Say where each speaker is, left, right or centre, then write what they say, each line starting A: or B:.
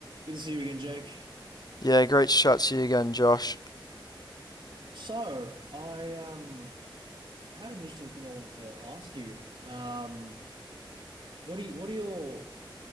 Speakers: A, on the right (about 70°); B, on the left (about 50°).
A: Good to see you again, Jake.
B: Yeah, great to chat to you again, Josh.
A: So, I um had an interesting thing I wanted to ask you. Um, what do you, what are your